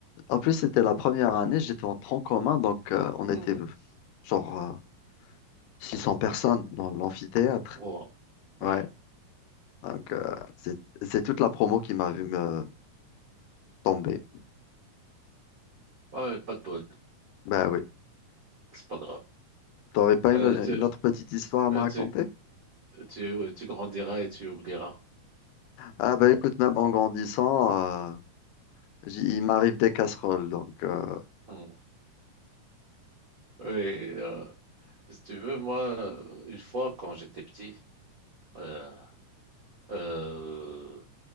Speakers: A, on the left; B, on the right.
A: En plus, c'était la première année, j'étais en tronc commun, donc euh, on
B: <laughs>
A: était euh, genre euh, 600 personnes dans l'amphithéâtre.
B: Mhm. Wow. Oui.
A: Ouais, donc euh, c'est c'est toute la promo qui m'a vu me tomber.
B: Ouais, pas de bol.
A: Bah oui.
B: C'est pas
A: T'aurais pas
B: grave.
A: une,
B: Euh, tu,
A: une autre petite histoire à me
B: euh,
A: raconter?
B: tu, euh, tu grandiras et tu oublieras.
A: Ah bah écoute, même en grandissant, euh, j'y- il m'arrive des casseroles, donc... euh,
B: Mm. Oui, euh, si tu veux, moi, euh, une fois, quand j'étais petit, euh, euh,